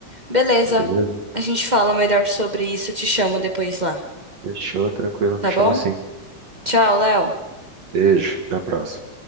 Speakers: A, on the right; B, on the right.
A: Beleza.
B: beleza?
A: A gente fala melhor sobre isso. Eu te chamo depois lá,
B: Fechou, tranquilo.
A: tá
B: Chama
A: bom?
B: assim.
A: Tchau, Léo.
B: Beijo, até a próxima.